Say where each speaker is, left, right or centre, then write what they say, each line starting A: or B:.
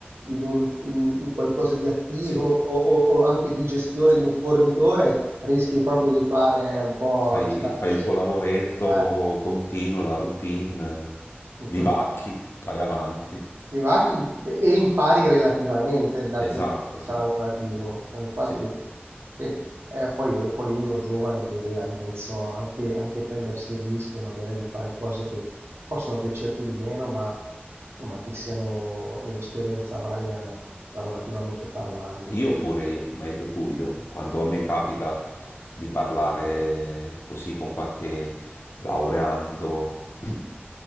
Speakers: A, on the right; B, on the left.
A: in un in- in qualcosa di attivo
B: Sì,
A: o o- o anche di gestione
B: sì,
A: di un fornitore, rischi proprio di fare un po'
B: fai,
A: lo scaldasenza.
B: fai il tuo
A: Eh,
B: lavoretto continuo, la routine,
A: eh,
B: vivacchi,
A: con i pa-
B: vai avanti.
A: i vacchi im- e impari relativamente dal
B: Esatto,
A: punto di vista
B: sì,
A: lavorativo. Eh, Infatti,
B: sì.
A: sì, eh, poi, poi uno giovane deve all'inizio anche, anche prendersi il rischio magari di fare cose che possono piacerti di meno, ma, ma che siano un'esperienza valida lavorativamente parlando.
B: Io pure io, come hai detto tu, io quando mi capita di parlare così con qualche laureando,